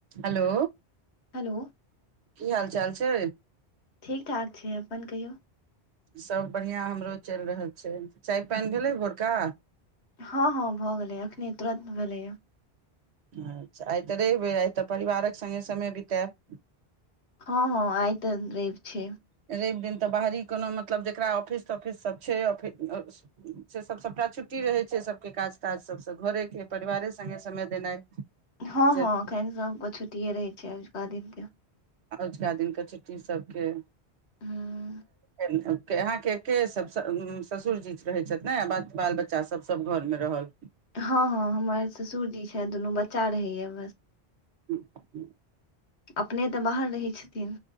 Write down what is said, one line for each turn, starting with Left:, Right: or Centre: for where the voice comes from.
Right: हलो
Left: हलो
Right: की हाल चाल छै
Left: ठीक ठाक छै अपन कहियौ
Right: सब बढ़िया हमरो चैल रहल छै चाय पाइन भेलै भोरका
Left: हँ हँ भऽ गेलै एखने तुरत भेलैय
Right: अच्छा आइ तऽ रवि एय आइ तऽ संगे समय बिताएब
Left: हँ - हँ आइ तऽ रवि छै
Right: रवि दिन तऽ बाहरी कोनो मतलब जकरा ऑफिस तॉफिस सब छै ऑफि - अस से सभ सभटा छुट्टी रहै छै सब केँ काज ताज सब सँ घरे केँ परिवारे संगे समय देनाइ
Left: हँ
Right: जरूरी।
Left: हँ अखैन सब कऽ छुट्टिये रहै छै अजुका दिन केँ
Right: अजुका दिन केँ छुट्टी सब केँ
Left: हूँ
Right: अहाँकेँ केँ सब सँ ससुर जी रहै छथि नय आ बाल बच् चा सब सब घर मे रहल
Left: हँ हँ हमर ससुरजी छथि दुनू बच्चा रहैय बस
Right: हूँ हूँ
Left: अपने तऽ बाहर रहै छथिन